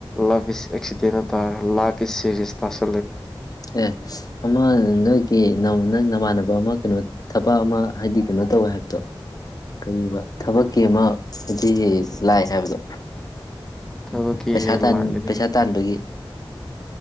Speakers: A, in the centre; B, on the left (about 45°).
A: ꯂꯚ ꯏꯁ ꯑꯦꯛꯁꯤꯗꯦꯟ ꯍꯥꯏꯇꯥꯥꯔꯦ ꯂ ꯏꯁ ꯁꯤꯦꯔꯤꯌꯥꯁ ꯇꯥꯁ
B: ꯑꯦ ꯑꯃ ꯅꯣꯏꯒꯤ ꯅꯪ ꯅꯪ ꯅꯃꯥꯟꯅꯕ ꯑꯃ ꯀꯩꯅꯣ ꯊꯕꯛ ꯑꯃ ꯍꯥꯏꯗꯤ ꯀꯩꯅꯣ ꯇꯧꯋꯦ ꯍꯥꯏꯕꯗꯣ ꯀꯨꯝ ꯊꯕꯛꯀꯤ ꯑꯃ ꯍꯥꯏꯗꯤ ꯂꯥꯛ ꯍꯥꯏꯕꯗꯣ
A: ꯊꯕꯛꯀꯤ
B: ꯄꯩꯁꯥ
A: ꯍꯦꯜ ꯂꯥꯛꯑꯦ
B: ꯄꯩꯁꯥ ꯇꯥꯟꯕꯒꯤ